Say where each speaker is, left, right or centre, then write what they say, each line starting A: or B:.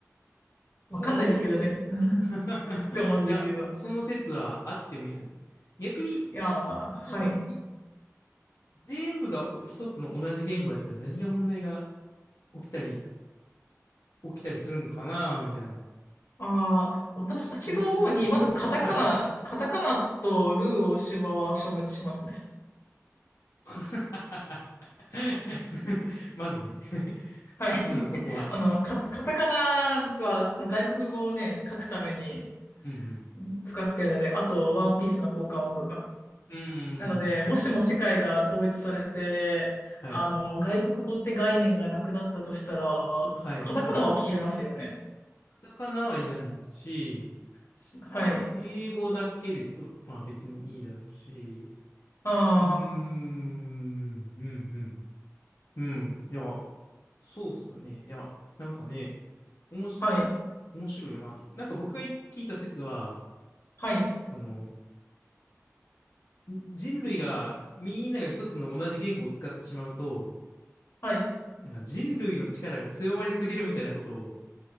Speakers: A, on the left (about 80°); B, on the left (about 55°).
A: それはドイツ語ね。
B: わかんないですけどね。<laughs> っ
A: <laughs>
B: て思うんですけど。
A: いや、その説はあってもいいですよね。逆に、
B: いやー、はい。
A: そうか、い全部がお一つの同じ言語やったら何が問題が起きたり、起きたりするんかな、みたいな。
B: ああ、私、
A: もし同じだったとすれば、
B: 私が思うに、まずカタカナ、
A: はい。
B: カタカナとルー大柴は消滅しますね。
A: <laughs> まずね。<laughs>
B: はい。
A: まずそこは。
B: <laughs> あの、カタ、カタカナは、この外国語をね、書くために
A: うんうん。
B: うん使ってるので、あと、ワンピースの効果音とか。
A: うんうんう
B: なので、
A: んうん。
B: もしも世界が統一されて、
A: はい。
B: あの、外国語って概念がなくなったとしたら、
A: はいはい。
B: カタカナは消えますよね。
A: カタカナはいらないし、
B: しはい。
A: まあ、英語だけでと、まあ別にいいだろうし、
B: あ
A: うーん、うん、うん、うん。いや、そうっすよね。いや、なんかね、おもし、
B: あ、はい、
A: 面白いよなと。なんか僕が聞いた説は、
B: はい、
A: その、ん人類が、みんなが一つの同じ言語を使ってしまうと、
B: はい。
A: なんか人類の力が強まりすぎるみたいなことを、